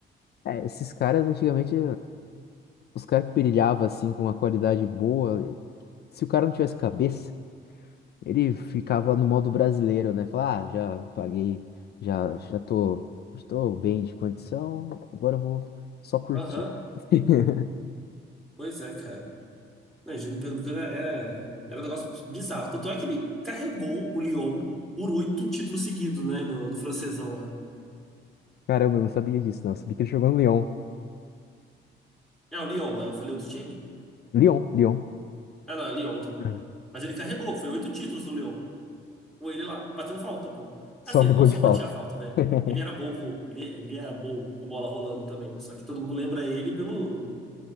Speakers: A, on the left (about 55°); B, in the centre.
A: É, esses caras antigamente, os caras que brilhavam assim com uma qualidade boa, se o cara não tivesse cabeça Ele ficava no modo brasileiro, né? Falar, ah, já paguei, já, já tô, estou bem de condição, agora eu vou só curtir.
B: Aham,
A: <laughs>
B: pois é, cara. Não, o Juninho Pernambucano é, é, era um negócio bizarro. Tanto é que ele carregou o Lyon por oito títulos seguidos, né? No, no francesão lá.
A: Caramba, eu não sabia disso, não. Eu sabia que ele jogou no Lyon.
B: É, o Lyon, é, eu falei outro time?
A: Lyon, Lyon.
B: Ah, não, é Lyon, então.
A: Uhum.
B: Mas ele carregou, foi oito títulos no Lyon. Com ele lá, batendo falta, pô.
A: <laughs> Só
B: Assim,
A: no
B: ele
A: gol
B: não só
A: de falta.
B: batia falta, né?
A: <laughs>
B: Ele era bom com, ele, ele era bom com bola rolando também, né? Só que todo mundo lembra ele pelo